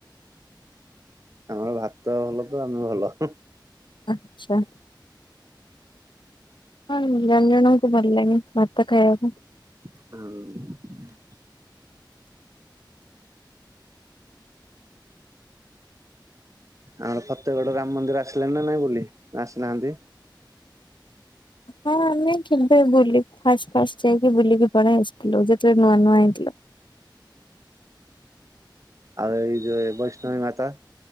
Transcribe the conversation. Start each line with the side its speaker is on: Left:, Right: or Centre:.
Right: ଆମର ଭାତ ଭଲ ତ ଆମେ ଭଲ ହୁଁ।
Left: ଆଚ୍ଛା। ହଁ ଜଣ ଜଣଙ୍କୁ ଭଲ ଲାଗେ ଭାତ ଖାଇବା ପାଇଁ।
Right: ହୁଁ। ଆଉ ଫତେଗଡ ରାମ ମନ୍ଦିର ଆସିଲେଣି ନା ନାଇଁ ବୁଲି ଆସିନାହାନ୍ତି।
Left: ହଁ ଆମେ କେବେ ବୁଲି ଫାଷ୍ଟ ଫାଷ୍ଟ ଯାଇକି ବୁଲିକି ପଳେଇ ଆସିଥିଲୁ ଯେତେବେଳେ ନୂଆ ନୂଆ ହେଇଥିଲା।
Right: ଆଉ ଏଇ ଯୋଉ ଏ ବୈଷ୍ଣବୀ ମାତା।